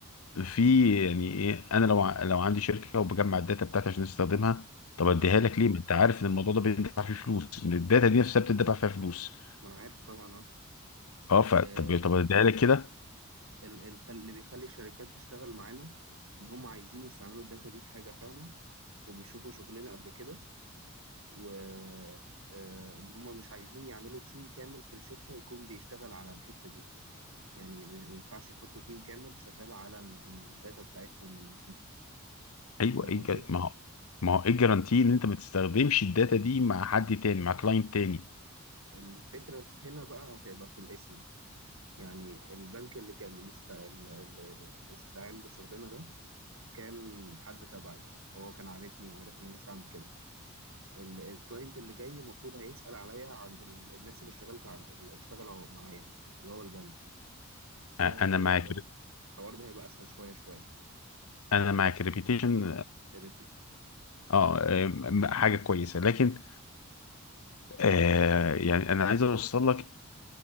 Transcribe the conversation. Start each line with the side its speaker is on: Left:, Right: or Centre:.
Left: في يعني إيه، أنا لو ع لو عندي شركة وباجمّع الداتا بتاعتي عشان أستخدمها، طب
Right: اه
Left: أدّيها لك ليه؟ ما أنت عارف إن الموضوع ده بيندفع فيه فلوس، إن الداتا دي نفسها بتدفع فيها فلوس،
Right: ما انا عارف طبعا اه
Left: آه، فطب
Right: آه،
Left: طب أدّيها لك كده؟
Right: ال- الخ- اللي بيخلي الشركات تشتغل معانا ان هم عايزين يستعملوا الداتا دي في حاجه فعلا وبيشوفوا شغلنا قبل كده و آه، ان هم مش عايزين يعملوا تيم كامل في الشركة يكون بيشتغل على الحتة دي يعني م- ما ينفعش يحطوا تيم كامل شغال على ال- الداتا بتاعتهم دي
Left: أيوه،
Right: فاهم
Left: إيه الج
Right: قصدي
Left: ما هو ما هو إيه الجرانتي إن أنت ما تستخدمش الداتا دي مع حد تاني، مع client تاني؟
Right: الفكرة في هنا بقى هتبقى في الاسم يعني البنك اللي كان اللي است- اللي استعان بالشغلانة ده كان حد تبعي فهو كان عارفني وعارف ان انا مش هعمل كده ال- الكلاينت اللي جاي المفروض هيسأل عليا عند ال- الناس اللي اشتغلت عند اللي اشتغلوا معايا اللي هو البنك
Left: أ
Right: هي هتبقى
Left: أنا مع كر
Right: الحوار ده هيبقى اسهل شويه شويه
Left: أنا مع كريبيتيشن
Right: الريبيت
Left: اه آم، حاجه كويسه لكن آه يعني انا عايز اوصل لك